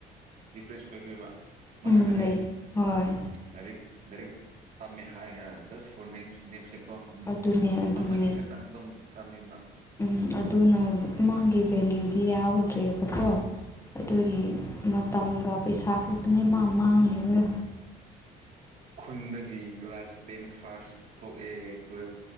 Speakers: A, on the right; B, on the left.
A: ꯗꯤꯐ꯭ꯔꯦꯁ ꯑꯣꯏꯈ꯭ꯔꯦꯕ ꯃꯥꯟꯅꯗꯔꯦ
B: ꯎꯝ ꯂꯩ ꯍꯣꯏ
A: ꯂꯥꯏꯔꯤꯛ ꯂꯔꯤꯛ ꯇꯝꯃꯦ ꯍꯥꯏꯅ ꯖꯁ ꯐꯣꯔ ꯅꯦꯝ ꯁꯦꯛ ꯀꯣ ꯎꯝ
B: ꯑꯗꯨꯅꯦ ꯑꯗꯨꯅꯦ
A: ꯑꯃꯅꯤ ꯈꯇꯪ ꯑꯗꯨꯝ ꯇꯝꯃꯦꯕ
B: ꯎꯝ ꯑꯗꯨꯅ ꯃꯥꯒꯤ ꯚꯦꯂꯌꯨꯗꯤ ꯌꯥꯎꯗ꯭ꯔꯦꯕꯀꯣ
A: ꯎꯝ
B: ꯑꯗꯨꯒꯤ ꯃꯇꯝꯒ ꯄꯩꯁꯥ ꯈꯛꯇꯅꯦ ꯃꯥ ꯃꯥꯡꯉꯤꯕꯗꯣ
A: ꯈꯨꯟꯗꯒꯤ ꯀ꯭ꯂꯥꯁ ꯇꯦꯟ ꯐꯥꯔꯁ ꯊꯣꯛꯑꯦ ꯇꯨꯋꯦꯜꯞ